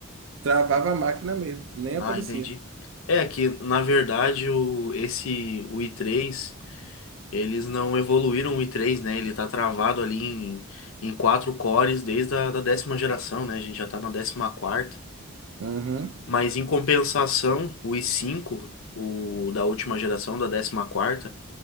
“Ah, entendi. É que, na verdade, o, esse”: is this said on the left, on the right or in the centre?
Left